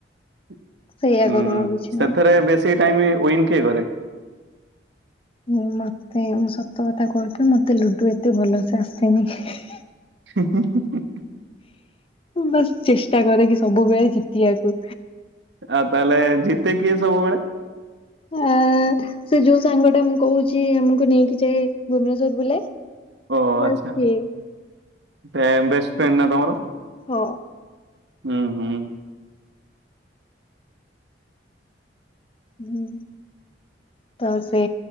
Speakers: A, on the right; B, on the left.
A: ଉଁ
B: ସେଇଆ କରୁ ଆଉ କିଛି
A: ସେଥେରେ
B: ନୁହଁ।
A: ବେଶୀ ଟାଇମ ଉଇନ କିଏ କରେ?
B: ମୁଁ ମତେ ମୁଁ ସତ କଥା କହୁଥିଲି ମତେ ଲୁଡୁ ଏତେ ଭଲସେ ଆସେନି ହିଁ ହିଁ।
A: ହୁଁ ହୁଁ ହୁଁ ହୁଁ ହୁଁ।
B: ବାସ୍ ଚେଷ୍ଟା କରେ କିି ସବୁବେଳେ ଜିତିଆକୁ।
A: ଆଉ ତାହେଲେ ଜିତେ କିଏ ସବୁବେଳେ?
B: ଆ ସେ ଯୋଉ ସାଙ୍ଗଟା ମୁଁ କହୁଛି ଆମକୁ ନେଇକି ଯାଏ ଭୁବନେଶ୍ଵର ବୁଲାଏ।
A: ଓ ଆଚ୍ଛା
B: ବାସ୍ ସିଏ
A: ବେଷ୍ଟ ଫ୍ରେଣ୍ଡ ନା ତମର?
B: ହ।
A: ହୁଁ ହୁଁ
B: ହୁଁ ତ ସେ